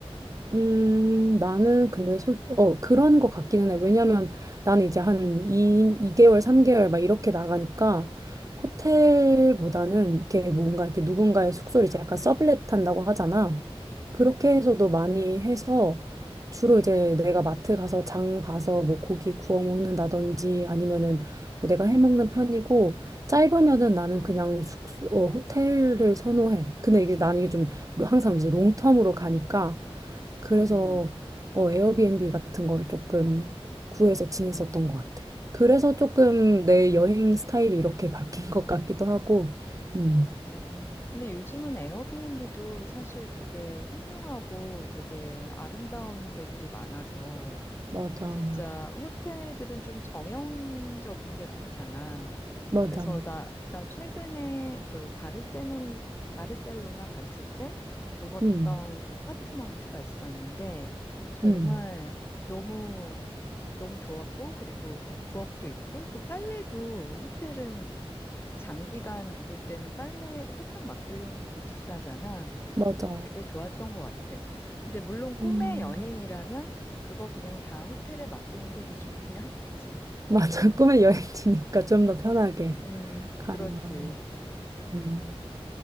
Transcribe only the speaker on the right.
음, 나는 근데 솔, 어, 그런 것 같기는 해. 왜냐면 나는 이제 한 2, 이개월 3개월 막 이렇게 나가니까 호텔보다는 이렇게 뭔가 이렇게 누군가의 숙소를 이제 약간 서블렛 한다고 하잖아. 그렇게
해서도 많이 해서 주로 이제 내가 마트 가서 장 봐서 뭐 고기 구워 먹는다든지 아니면은 뭐 내가 해 먹는 편이고 짧으면은 나는
그냥 숙소, 어, 호텔을 선호해. 근데 이게 나는 이게 좀 항상 이제 롱텀으로 가니까 그래서
어, 에어비앤비 같은 거를 조금 구해서 지냈었던 것 같아. 그래서 조금 내 여행 스타일이 이렇게 <laughs> 바뀐 것 같기도 하고, 음,
맞아.
맞아.
음,
음,
맞아.
음,
맞아. <laughs> 꿈의 여행지니까 좀 더 편하게
가는
걸로. 음.